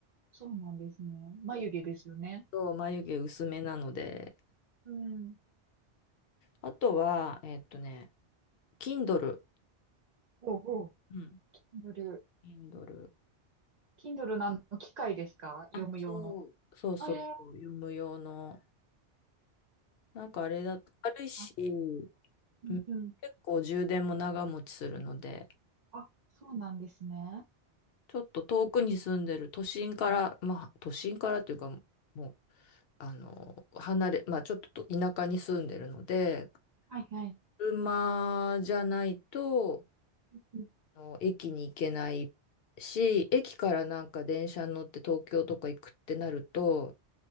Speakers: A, on the right; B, on the left.
A: そうなんですね。眉毛ですよね。
B: うんと、眉毛薄めなので、
A: うん。
B: あとは、えっとね、Kindle。
A: ほうほう。
B: うん。
A: Kindle。
B: Kindle。
A: Kindle のあの機械ですか読む用の。
B: あ、そう。そうそうそう、
A: あ、いやいや。
B: 読む用の。なんかあれだと軽いし、
A: あ
B: うん結構充電も長持ちするので、
A: うんうんあ、そうなんですね。
B: ちょっと遠くに住んでる都心から、まあ都心からっていうかもう、あの、離れ、まあちょっと田舎に住んでるので、
A: はいはい。
B: 車じゃないと、
A: うん
B: あの駅に行けないし、駅からなんか電車に乗って東京とか行くってなると、